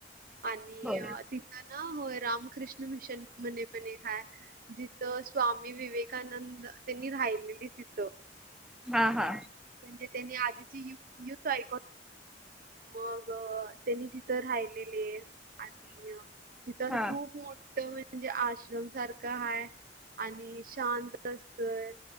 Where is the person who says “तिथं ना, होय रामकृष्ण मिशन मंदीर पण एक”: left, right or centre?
Right